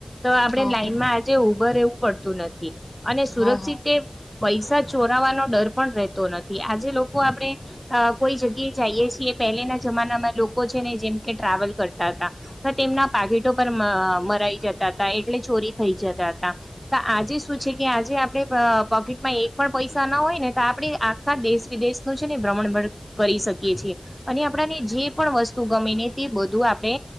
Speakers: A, in the centre; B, on the left.
A: તો આપડે
B: હા
A: લાઈનમાં આજે ઉભર રહેવું પડતું નથી અને સુરક્ષિત
B: હા હા
A: પૈસા ચોરાવાનો ડર પણ રહેતો નથી આજે લોકો આપડે અહ કોઈ જગ્યા જઈએ છીએ પહેલાના જમાનામાં લોકો છે ને જેમ કે ટ્રાવેલ કરતા હતા તો તેમના પા પજિટો પર મ અહ મરાઈ જતા તા એટલે ચોરી થઈ જતા તા તો આજે શું છે કે આજે આપડે અહ પોકેટમાં એક પણ પૈસા ના હોય ને તો આપડે આખા દેશ વિદેશ નું છે ને ભ્રમણ ભર કરી શકીએ છીએ અને આપડાને જે પણ વસ્તુ ગમે ને તે બધું આપડે